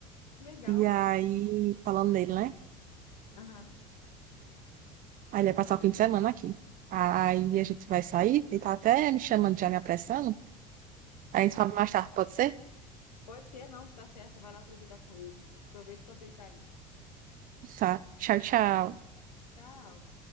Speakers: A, on the left; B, on the right.
A: Que legal.
B: E aí, falando dele, né?
A: Aham,
B: Aí ele vai passar o fim de semana aqui. Aí a gente vai
A: entendi.
B: sair, ele tá até me chamando, já me apressando. Aí a gente fala mais tarde, pode ser?
A: Pode ser, não, se tá certo, vai lá aproveitar com ele. Aproveita enquanto ele tá aí.
B: Tá. Tchau, tchau.
A: Tchau.